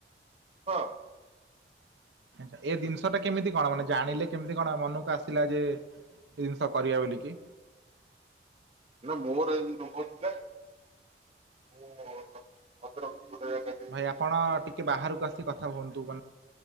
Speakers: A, on the right; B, on the right.
A: ହଁ
B: ଆଚ୍ଛା ଏ ଜିନିଷ ଟା କେମିତି କଣ ମାନେ ଜାଣିଲେ କେମିତି କଣ ମନକୁ ଆସିଲା ଯେ ଏଇ ଜିନିଷ କରିଆ ବୋଲିକି।
A: ନା ମୋର ଏଇ ରୋଗ ଥିଲା। ମୁଁ ଭଦ୍ରକ ଗୋଟେ ଜାଗା ଯାଇକି
B: ଭାଇ ଆପଣ
A: ସେଠି
B: ଟିକେ ବାହାରୁକୁ ଆସି କଥା ହୁଅନ୍ତୁ ମା